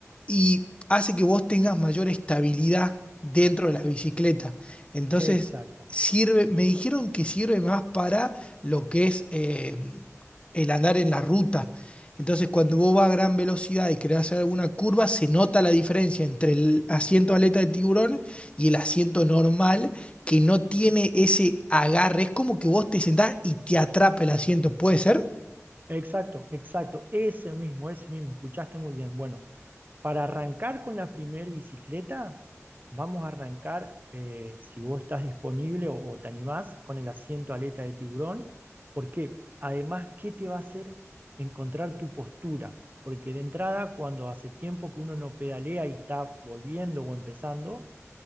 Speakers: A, on the left; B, on the right.
A: y hace que vos tengas mayor estabilidad dentro de la bicicleta. Entonces,
B: exacto.
A: sirve, me dijeron que sirve más para lo que es eh, el andar en la ruta. Entonces, cuando vos vas a gran velocidad y querés hacer alguna curva, se nota la diferencia entre el asiento aleta de tiburón y el asiento normal que no tiene ese agarre. Es como que vos te sentás y te atrapa el asiento. ¿Puede ser?
B: Exacto, exacto, ese mismo, ese mismo, escuchaste muy bien. Bueno, para arrancar con la primer bicicleta, vamos a arrancar, eh, si vos estás disponible o, o te animás, con el asiento aleta de tiburón, porque además, ¿qué te va a hacer encontrar tu postura? Porque de entrada, cuando hace tiempo que uno no pedalea y está volviendo o empezando,